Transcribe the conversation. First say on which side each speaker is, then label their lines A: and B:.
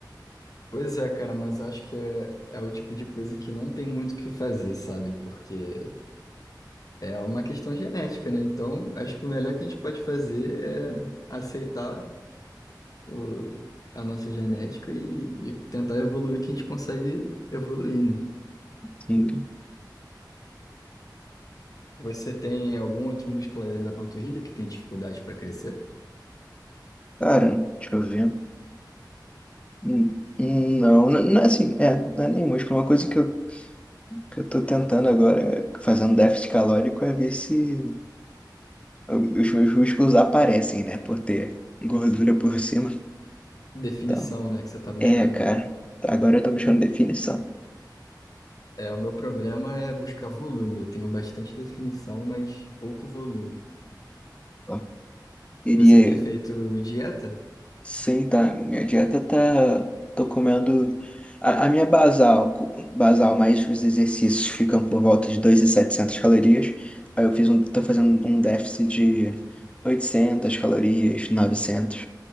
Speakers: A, on the left (about 50°); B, on the left (about 15°).
A: Pois é, cara, mas acho que é, é o tipo de coisa que não tem muito o que fazer, sabe? Porque é uma questão genética, né? Então, acho que o melhor que a gente pode fazer é aceitar o, a nossa genética e, e tentar evoluir que a gente consegue evoluir, né?
B: Sim,
A: Você tem algum outro músculo além da panturrilha que tem dificuldade para crescer?
B: Cara, deixa eu ver. Hum, hum, Não, não, não é assim, é, não é nem músculo. Uma coisa que eu, que eu tô tentando agora, é, fazendo déficit calórico, é ver se os meus músculos aparecem, né? Por ter gordura por cima.
A: Definição,
B: Então,
A: né, que você está buscando.
B: é, cara. Agora eu tô buscando definição.
A: É, o meu problema é buscar volume. Eu tenho bastante definição, mas pouco volume.
B: Ó, queria
A: Você tem feito dieta?
B: Sim, tá. Minha dieta tá. Tô comendo. A, a minha basal, co- basal mais os exercícios ficam por volta de 2.700 calorias. Aí eu fiz um, tô fazendo um déficit de 800 calorias, 900.